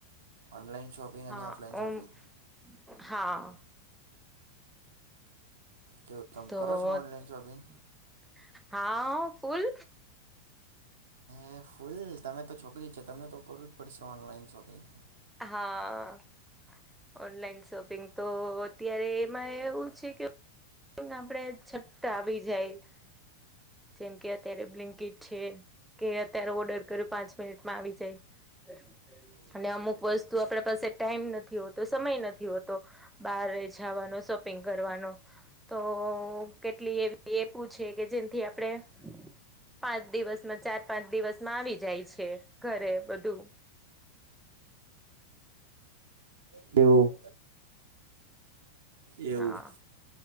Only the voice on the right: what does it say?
ઓનલાઈન શોપિંગ.
અને ઓફલાઈન શોપિંગ.
કેવું તમે
કરો છો ઓનલાઈન શોપિંગ?
હે ફૂલ તમે તો છોકરીજ છે, તમને તો કરવુંજ પડશે ઓનલાઈન શોપિંગ.
બેવ <inaudible> એવું